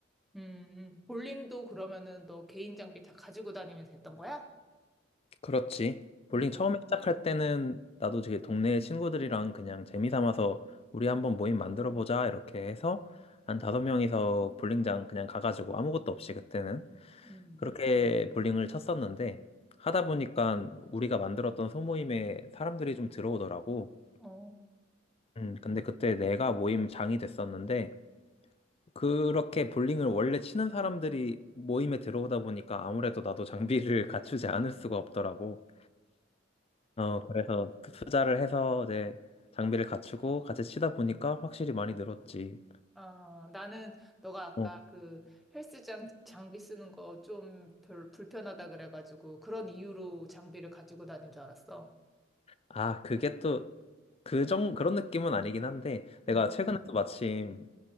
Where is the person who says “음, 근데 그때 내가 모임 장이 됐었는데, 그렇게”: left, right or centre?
Left